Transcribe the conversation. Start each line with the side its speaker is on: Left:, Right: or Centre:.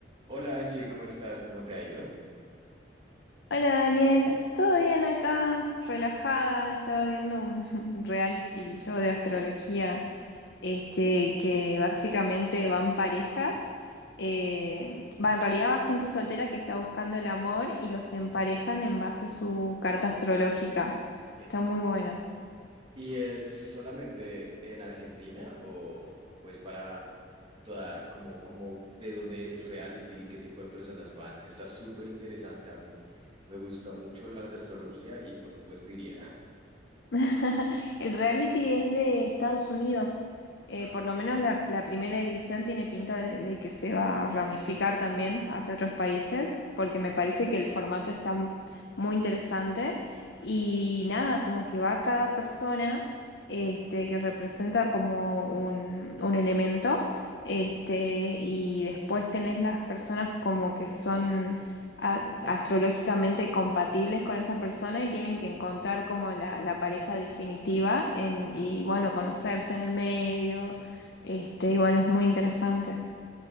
Right: Hola Angie, ¿cómo estás? ¿Cómo te ha ido?
Left: Hola Daniel, ¿todo bien acá? Relajada, estaba viendo un <laughs> un reality show de astrología, este, que básicamente van parejas, eh, va, en realidad va gente soltera que está buscando el amor y los emparejan en base a su carta astrológica. Está
Right: Epa.
Left: muy bueno.
Right: ¿Y es solamente en Argentina o, o es para toda, como, como de dónde es el reality, qué tipo de personas van? Está súper interesante a mí. Me gusta mucho hablar de astrología y por supuesto iría. <laughs>
Left: <laughs> El reality es de Estados Unidos. Eh,
Right: Ah.
Left: por lo menos la, la primera edición tiene pinta de, de que se va a ramificar también hacia otros países, porque me parece que el formato está m- muy interesante. Y nada, como que va cada persona este, que representa como un, un elemento, este, y después tenés las personas como que son a- astrológicamente compatibles con esa persona y tienen que encontrar como la, la pareja definitiva en, y bueno, conocerse en el medio. Este, y bueno, es muy interesante.